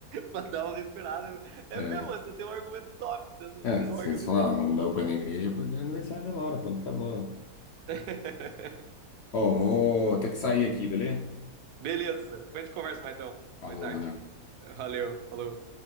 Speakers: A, on the right (about 80°); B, on the left (about 65°).
A: pra dar uma respirada. É
B: É, é,
A: mesmo, você tem um argumento top, você não
B: é,
A: tem
B: vocês
A: um argumento.
B: falaram, não deu pra ir na igreja é porque é aniversário da Laura, pronto, acabou. é."
A: <laughs>
B: Ó, vou ter que sair aqui, beleza?
A: Beleza, depois a gente conversa mais então.
B: Falou,
A: boa tarde.
B: valeu.
A: Valeu, falou.